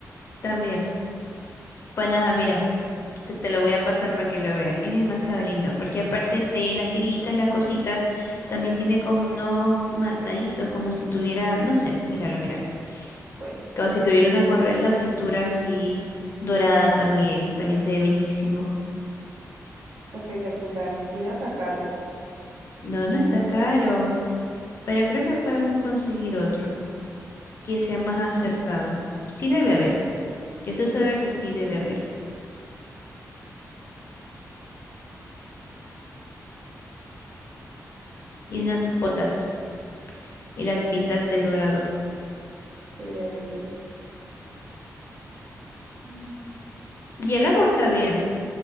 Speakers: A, on the left (about 45°); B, on the right (about 70°).
A: También. Pues nada, mira, te, te lo voy a pasar para que lo veas. Es demasiado lindo, porque aparte de las tiritas, las cositas, también tiene como unos marcaditos, como si tuviera, no sé, míralo, míralo.
B: Voy.
A: Como si tuviera una correa en la cintura así, dorada también, también se ve bellísimo.
B: Está espectacular. Y no está caro.
A: No, no está caro, pero creo que podemos conseguir otro que sea más acertado. Sí debe haber, yo estoy segura que sí debe haber. Y unas botas y las pintas de dorado.
B: Debería de yo. Mm,
A: Y el largo está bien,